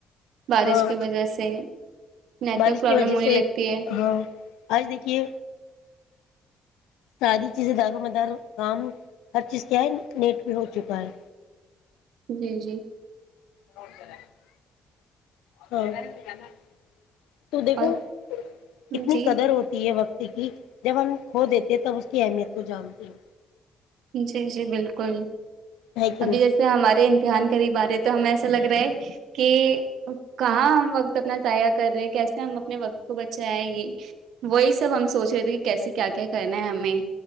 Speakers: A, on the right (about 75°); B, on the left (about 80°).
A: بارش
B: ہاں
A: کی وجہ سے نیٹورک
B: بارش
A: پرابلم
B: کی وجہ
A: ہونے
B: سے
A: لگتی ہے
B: ہاں آج دیکھیے ساری چیزیں دار و مدار کام ہر چیز کیا ہے نیٹ پہ ہو چکا ہے
A: جی جی
B: رہا تو دیکھو
A: اور
B: کتنی
A: جی
B: قدر ہوتی ہے وقت کہ جب ہم کھو دیتے تب اس کی اہمیت کو جانتے ہیں
A: جی جی بالکل
B: ہے کہ
A: ابھی
B: نہیں
A: جیسے ہمارے امتحان قریب آ رہے تو ہمیں ایسا لگ رہا ہے کہ کہاں ہم وقت اپنا ضائع کر رہے ہیں کیسے ہم اپنے وقت کو بچائےائے یہ وہی سب ہم سوچ رہے تھے کہ کیسے کیا کیا کرنا ہے ہمیں